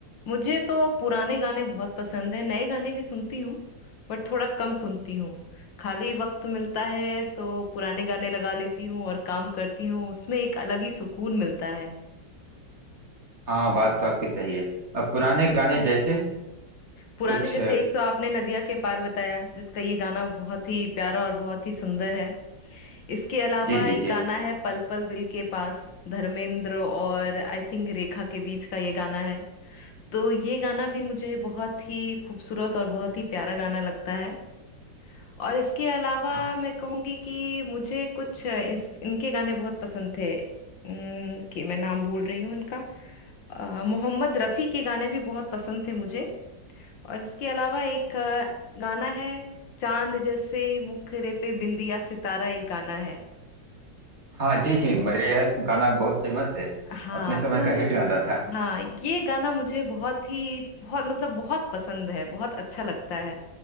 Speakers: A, on the left; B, on the right.
A: मुझे तो पुराने गाने बहुत पसंद है नए गाने भी सुनती हूँ बट थोड़ा कम सुनती हूँ खाली वक्त मिलता है तो पुराने गाने लगा लेती हूँ और काम करती हूँ उसमें एक अलग ही सुकून मिलता है
B: हाँ बात तो आपकी सही है अब पुराने
A: जी
B: गाने जैसे
A: पुराने
B: कुछ
A: जैसे एक तो आपने नदिया के पार बताया जिसका ये गाना बहुत ही प्यारा और बहुत ही सुंदर है इसके अलावा
B: जी जी
A: एक
B: जी
A: गाना है पल पल दिल के पास धर्मेंद्र और आई थिंक रेखा के बीच का ये गाना है तो ये गाना भी मुझे बहुत ही खूबसूरत और बहुत ही प्यारा गाना लगता है और इसके अलावा
B: हाँ
A: मैं कहूँगी कि मुझे कुछ इस, इनके गाने बहुत पसंद थे उम, कि मैं नाम भूल रही हूँ इनका अ, मोहम्मद रफ़ी के गाने भी बहुत पसंद थे मुझे और इसके अलावा एक अ, गाना है चांद जैसे मुखरे पे बिंदिया सितारा एक गाना है
B: हाँ, जी जी मैं- यह तो गाना बहुत फेमस है
A: हाँ
B: अपने समय
A: तो
B: का हिट गाना था
A: हाँ ये गाना मुझे बहुत ही बहुत मतलब बहुत पसंद है बहुत अच्छा लगता है